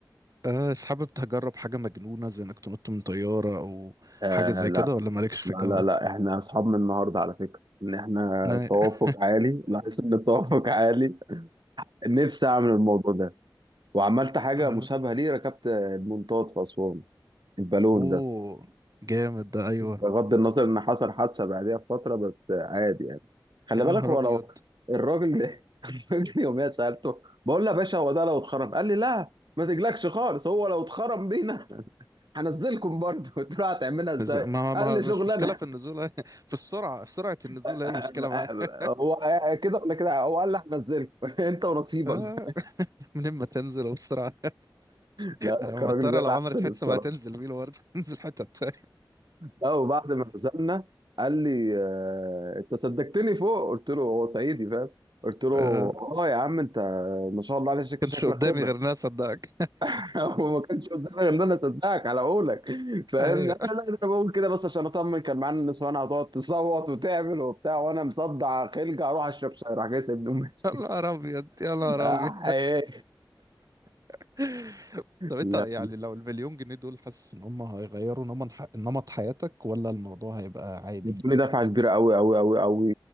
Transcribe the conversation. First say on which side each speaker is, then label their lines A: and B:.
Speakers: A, on the right; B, on the right.
A: آه مش حابب تجرب حاجه مجنونه زي انك تنط من طياره او
B: آه
A: حاجه زي
B: لا
A: كده ولا مالكش في
B: لا
A: الجو
B: لا
A: ده؟
B: لا احنا اصحاب من النهارده على فكره ان احنا
A: لا.
B: التوافق
A: <laughs>
B: عالي لاحظت ان التوافق عالي نفسي اعمل الموضوع ده وعملت حاجه
A: آه.
B: مشابهه ليه ركبت المنطاد في اسوان البالون
A: اوه
B: ده
A: جامد ده ايوه
B: بغض النظر ان حصل حادثه بعديها بفتره بس عادي يعني خلي
A: يا
B: بالك
A: نهار
B: هو
A: ابيض
B: لو الراجل ده <laughs> الراجل يوميا سالته بقول له يا باشا هو ده لو اتخرم قال لي لا ما تجلكش خالص هو لو اتخرم بينا <laughs> هنزلكم برضه قلت له هتعملها ازاي
A: إز- ما ما
B: قال لي
A: مش
B: شغلانه
A: مشكله في النزول <laughs> في السرعه في سرعه النزول
B: <laughs>
A: هي المشكله معايا <laughs>
B: هو كده ولا كده هو قال لي هنزلكم <laughs> انت ونصيبك
A: آه. من اما تنزل وبسرعه
B: لا
A: انا مضطر
B: الراجل زي العسل
A: لو عملت حادثه
B: الصراحه
A: ما هتنزل بينا برضه <laughs> تنزل حتت
B: لا وبعد ما نزلنا قال لي آه، انت صدقتني فوق قلت له هو صعيدي فاهم قلت له
A: آه،
B: اه يا عم انت ما شاء الله عليك شك-
A: كانش
B: شكلك
A: قدامي
B: خبره
A: غير ناس صدقك
B: <laughs> هو ما كانش قدامي غير ان انا اصدقك على قولك فاهمني
A: <laughs> ايوه
B: قال لي لا ده انا بقول كده بس عشان اطمن كان معانا النسوان هتقعد تصوت وتعمل وبتاع وانا مصدع خلقه اروح اشرب شاي راح جاي سايبني وماشي.
A: يا نهار ابيض يا نهار
B: <laughs> آه،
A: ابيض
B: إيه.
A: <laughs> طب انت
B: لا
A: يعني لو المليون جنيه دول حاسس ان هم هيغيروا نمط ح- نمط حياتك ولا الموضوع هيبقى عادي
B: يدوني دفعة كبيرة أوي أوي أوي أوي